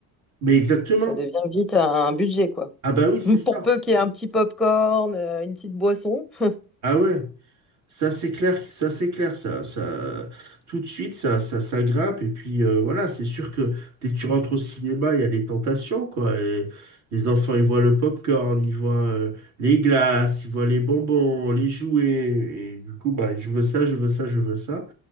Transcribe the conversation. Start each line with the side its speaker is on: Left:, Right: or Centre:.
Right: Mais exactement.
Centre: ça devient vite un, un budget, quoi.
Right: Ah bah oui, c'est
Centre: <laughs>
Right: ça.
Centre: Pour peu qu'il y ait un petit pop-corn, euh, une petite boisson. <laughs>
Right: Ah ouais. Ça, c'est clair, ça, c'est clair, ça, ça, tout de suite, ça, ça, ça grimpe, et puis euh, voilà, c'est sûr que dès que tu rentres au cinéma, il y a les tentations, quoi, et les enfants, ils voient le popcorn, ils voient euh, les glaces, ils voient les bonbons, les jouets, et du coup, bah, je veux ça, je veux ça, je veux ça,